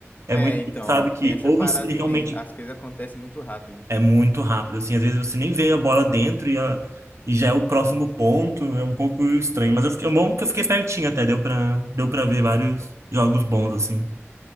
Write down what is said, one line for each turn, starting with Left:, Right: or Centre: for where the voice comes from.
Right: É
Left: É,
Right: muito
Left: então,
Right: engraçado que
Left: tem essa
Right: ou
Left: parada
Right: você
Left: também.
Right: realmente
Left: As coisas acontecem muito rápido.
Right: é muito rápido, assim, às vezes você nem vê a bola dentro e, a- e já é o próximo ponto, é um pouco estranho. Mas eu fiquei, é bom que eu fiquei pertinho até, deu pra, deu pra ver vários jogos bons, assim.